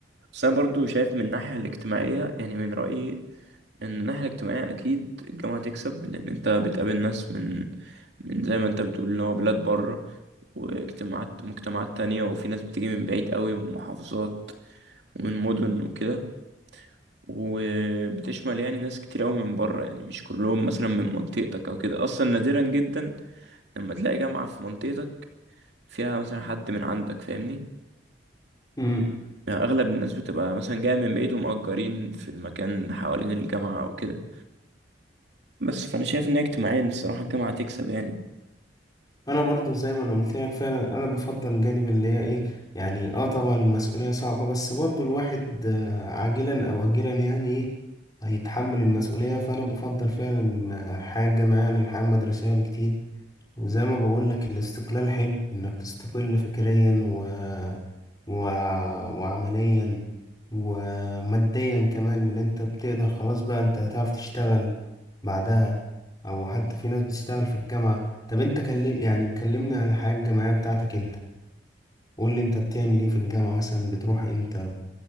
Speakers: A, on the right; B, on the left.
A: بس انا برضو شايف من الناحيه الاجتماعيه يعني من رايي ان الناحيه الاجتماعيه اكيد الجامعه تكسب لان انت بتقابل ناس من من زي ما انت بتقول اللي هو بلاد بره واجتماعات مجتمعات تانية وفي ناس بتيجي من بعيد قوي ومحافظات ومن مدن وكده وبتشمل يعني ناس كتير قوي من بره يعني مش كلهم مثلا من منطقتك او كده اصلا نادرا جدا لما تلاقي جامعة في منطقتك فيها مثلا حد من عندك فاهمني
B: مم.
A: يعني اغلب الناس بتبقى مثلا جاية من بعيد ومأجرين في المكان حوالين الجامعة او كده بس فانا شايف ان هي اجتماعيا الصراحة الجامعة تكسب يعني
B: انا برضو زي ما انا قلت لك فعلا انا بفضل الجانب اللي هي ايه يعني اه طبعا المسؤولية صعبة بس برضو الواحد آه، عاجلا او اجلا يعني ايه هيتحمل المسؤولية فانا بفضل فعلا آه، حياة جامعية عن الحياة المدرسية بكتير وزي ما بقول لك الاستقلال حلو انك تستقل فكريا و... و... وعمليا وماديا كمان اللي انت بتقدر خلاص بقى انت هتعرف تشتغل بعدها او حتى في ناس بتشتغل في الجامعة طب انت كل... يعني كلمني عن الحياة الجامعية بتاعتك انت قول لي انت بتعمل ايه في الجامعة مثلا بتروح امتى